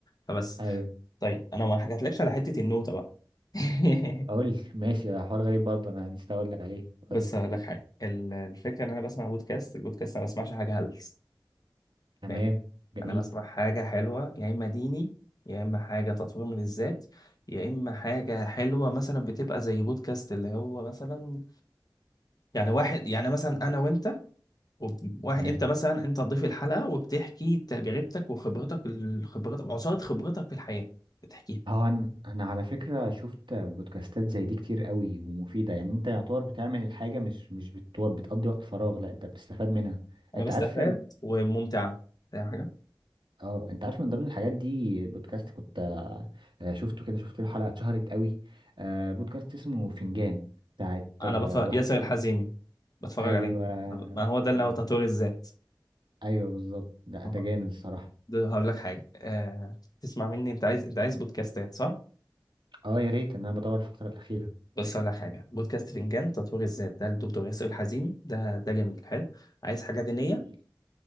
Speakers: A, on the left (about 50°); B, on the right (about 80°).
A: فبس
B: ايوه
A: طيب انا ما حكيتلكش على حته النوتة بقى <laughs>
B: اقول لي ماشي ده حوار غريب برضه انا نسيت اقول لك عليه اقول
A: بس
B: لي
A: هقول لك حاجه ال- الفكره ان انا بسمع بودكاست البودكاست انا ما بسمعش حاجه هلس
B: تمام
A: فاهم
B: جميل
A: انا بسمع حاجه حلوه يا اما ديني يا اما حاجه تطوير من الذات يا اما حاجه حلوه مثلا بتبقى زي بودكاست اللي هو مثلا يعني واحد يعني مثلا انا وانت وب- واحد
B: تمام
A: انت مثلا انت ضيف الحلقه وبتحكي تجربتك وخبرتك ال- خبرتك وعصاره خبرتك في الحياه بتحكيها
B: اه انا أنا على فكره شفت بودكاستات زي دي كتير قوي ومفيده يعني انت يعتبر بتعمل الحاجه مش مش بتو- بتقضي وقت فراغ لا انت بتستفاد منها
A: انا
B: انت
A: بستفاد
B: عارف
A: وممتعه فاهم حاجه
B: اه انت عارف من ضمن الحاجات دي بودكاست كنت آه، شفته كده شفت له حلقه اتشهرت قوي آه، بودكاست اسمه فنجان بتاعت
A: انا
B: آه،
A: بتفرج
B: واحد
A: ياسر الحزيمي
B: ك-
A: بتفرج
B: ايوه
A: عليه طب ما هو ده اللي
B: هو
A: هو تطوير
B: ده
A: الذات
B: ايوه بالظبط ده
A: آه.
B: ده جامد الصراحه
A: ده هقول لك حاجه آه... تسمع مني انت عايز انت عايز بودكاستات صح
B: اه يا ريت ان انا بدور الفتره الاخيره
A: بص هقول لك حاجه بودكاست فنجان تطوير الذات ده الدكتور ياسر الحزيمي ده ده جميل حلو عايز حاجه دينيه
B: جميل